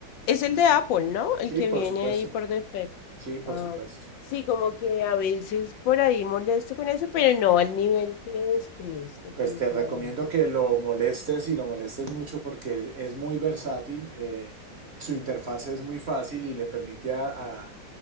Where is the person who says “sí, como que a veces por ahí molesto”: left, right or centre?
Left